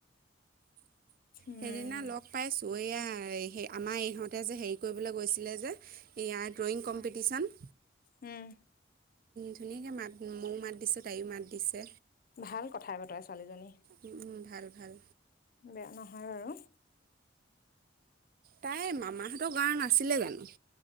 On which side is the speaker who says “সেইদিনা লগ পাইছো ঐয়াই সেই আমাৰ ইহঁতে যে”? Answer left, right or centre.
Right